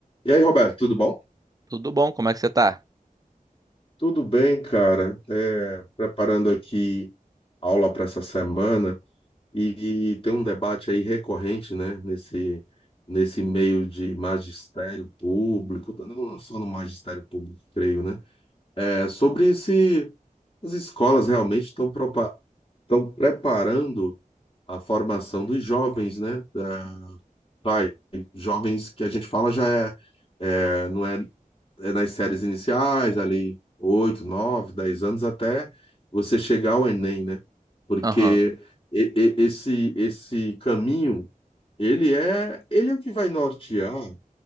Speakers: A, on the left (about 35°); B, on the right (about 25°).
A: E aí, Roberto, tudo bom?
B: Tudo bom? Como é que você tá?
A: Tudo bem, cara? É, preparando aqui aula para essa semana e, e tem um debate aí recorrente, né? Nesse, nesse meio de magistério público, não só no magistério público, creio, né? É sobre se as escolas realmente estão propa- estão preparando a formação dos jovens, né? Da- vai, jovens que a gente fala já é, é, não é é, nas séries iniciais, ali, 8 9 10 anos, até você chegar ao Enem, né? Porque
B: Aham.
A: e- e- esse, esse caminho, ele é, ele é o que vai nortear o